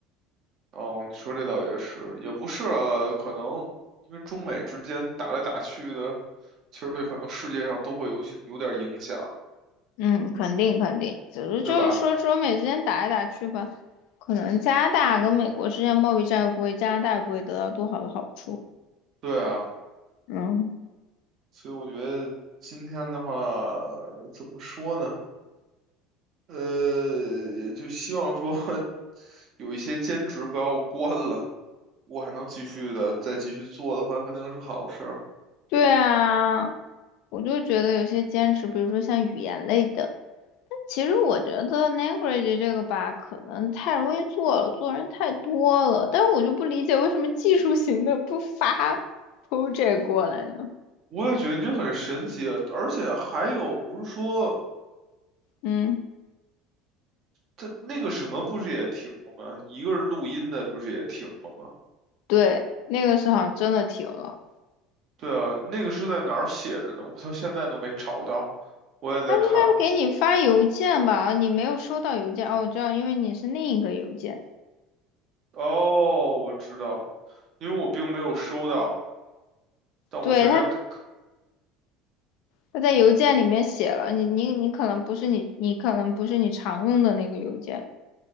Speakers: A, on the right; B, on the left.
A: 哦，你说这倒也是，也不是啊，可能因为中美之间打来打去的，其实对可能世界上都会有些有点影响，
B: 嗯，肯定肯定，只是就是说中美之间打来打去吧，
A: 对吧？
B: 可能加拿大跟美国之间贸易战又不会，加拿大也不会得到多好的好处。
A: 对啊，
B: 嗯，
A: 所以我觉得今天的话，怎么说呢？呃，就希望说 <laughs> 有一些兼职不要关了，我还能继续的再继续做的话，肯定是好事儿。
B: 对啊，我就觉得有些兼职，比如说像语言类的。其实我觉得 language 这个吧，可能太容易做了，做人太多了。但我就不理解为什么技术型的不发 project 过来呢？
A: 我也觉得这很神奇啊，而且还有不是说。
B: 嗯，
A: 他那个什么不是也停了吗？一个人录音的不是也停了吗？
B: 对，那个时候真的停了。
A: 对啊，那个是在哪儿写着呢？我到现在都没找到，我也在看。
B: 他应该给你发邮件吧？你没有收到邮件哦，我知道，因为你是另一个邮件。
A: 哦，我知道，因为我并没有收到，但我现在可
B: 对，他，他在邮件里面写了，你你你可能不是你，你可能不是你常用的那个邮件。